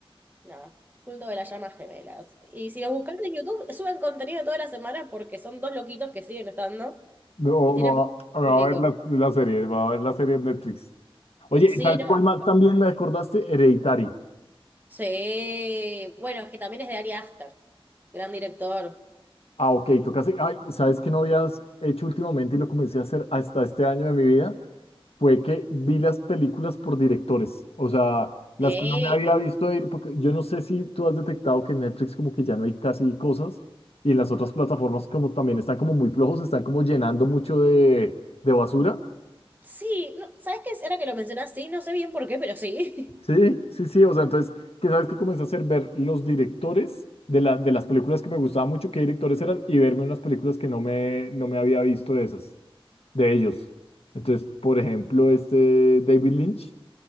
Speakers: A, on the right; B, on the left.
A: nada, culto de las llamas gemelas. Y si lo buscas en YouTube, suben contenido todas las semanas porque son dos loquitos que siguen estando
B: no,
A: y tienen
B: me va,
A: mucho
B: me
A: público.
B: va a ver la, la serie, me va a ver la serie en Netflix. Oye,
A: Sí,
B: ¿sabes
A: no,
B: cuál más? También me acordaste, Hereditary.
A: sí. Bueno, es que también es de Ari Aster, gran director.
B: Ah, ok, tocaste. Ay, ¿sabes qué no habías hecho últimamente y lo comencé a hacer hasta este año de mi vida? Fue que vi las películas por directores. O sea, las
A: Sí.
B: que no me había visto ir, porque yo no sé si tú has detectado que en Netflix como que ya no hay casi cosas y en las otras plataformas como también están como muy flojos, están como llenando mucho de, de basura.
A: Sí, no, ¿sabes qué? Ahora que lo mencionas, sí, no sé bien por qué, pero sí.
B: Sí, sí, sí. O sea, entonces, ¿qué sabes que comencé a hacer? Ver los directores de, la, de las películas que me gustaban mucho, qué directores eran y verme unas películas que no me, no me había visto de esas. de ellos. Entonces, por ejemplo, este David Lynch,